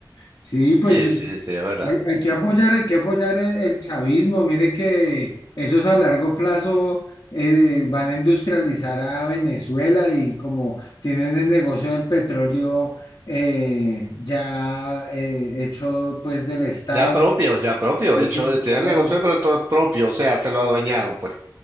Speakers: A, on the left; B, on the right.
A: Sí, pues
B: sí, sí, sí, es verdad.
A: hay, hay que apoyar, hay que apoyar el, el chavismo. Mire que esos a largo plazo eh, van a industrializar a Venezuela y como tienen el negocio del petróleo eh, ya eh, hecho pues del Estado.
B: Ya propio, ya propio,
A: Sí,
B: hecho, tiene
A: claro.
B: el negocio propio, o sea, se lo adueñaron, pues.